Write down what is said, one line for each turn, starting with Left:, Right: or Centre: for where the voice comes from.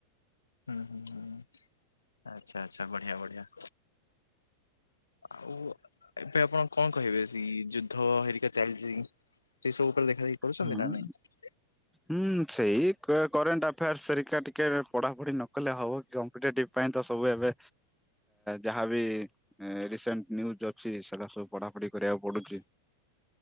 Left: ହୁଁ ହୁଁ ହୁଁ ଆଚ୍ଛା ଆଚ୍ଛା ବଢିଆ ବଢିଆ। ଆଉ ଏବେ ଆପଣ କଣ କହିବେ ସେ ଯୁଦ୍ଧ ହେରିକା ଚାଲିଚି? ସେଇ ସବୁ ଉପରେ ଦେଖା ଦେଖି କରୁଚନ୍ତି
Centre: ହଁ
Left: ନା ନାଇଁ?
Centre: ହୁଁ ସେଇ କରେଣ୍ଟ୍ ଆଫେୟାର୍ସ ସେରିକା ଟିକେ ପଢାପଢି ନ କଲେ ହବ କମ୍ପିଟେଟିଭ ପାଇଁ ତ ସବୁ ଏବେ ଯାହାବି ରିସେଣ୍ଟ୍ ନ୍ୟୁଜ୍ ଅ <unintelligible> ସବୁ ପଢାପଢି କରିବାକୁ ପଡୁଚି।